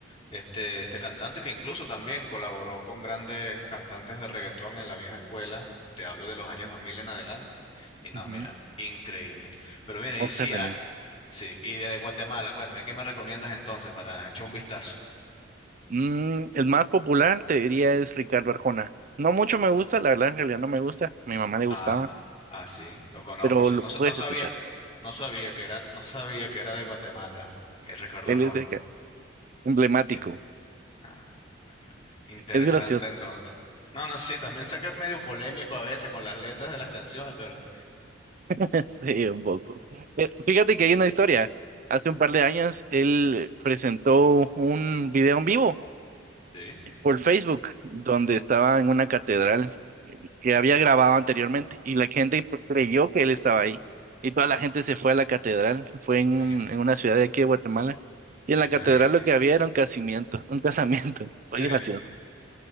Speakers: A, on the left (about 30°); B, on the right (about 40°).
A: este, este cantante que incluso también colaboró con grandes cantantes de reggaetón en la vieja escuela, te hablo de los años 2000 en adelante, y no,
B: ujú.
A: mira, increíble. Pero mira,
B: Oscar
A: y sí,
B: de
A: ah,
B: León.
A: sí, y de Guatemala, cuéntame, ¿qué me recomiendas entonces para echar un vistazo?
B: Mm, el más popular, te diría, es Ricardo Arjona. No mucho me gusta, la verdad, en realidad no me gusta. A mi mamá le gustaba,
A: Ah, ah, sí, lo conozco,
B: pero
A: sí.
B: lo
A: No,
B: puedes
A: sa- no sabía,
B: escuchar.
A: no sabía que era, no sabía que era de Guatemala, eh, Ricardo
B: Él
A: Arjona.
B: es de acá, emblemático.
A: Eh, ah, bueno, interesante
B: Es gracioso.
A: entonces. No, no, sí, también sé que es medio polémico a veces con las letras de las canciones, pero
B: <laughs> Sí, un poco. Eh, Fíjate que hay una historia. Hace un par de años, él presentó un video en vivo
A: sí.
B: por Facebook, donde estaba en una catedral que había grabado anteriormente, y la gente creyó que él estaba ahí. Y toda
A: Mm,
B: la gente se fue a la catedral. Fue en,
A: Me,
B: un-
A: ima-
B: en una ciudad de aquí de Guatemala Y
A: me
B: en la
A: imagino.
B: catedral lo que había era un casamiento, un casamiento. <laughs> Soy
A: Sí.
B: gracioso.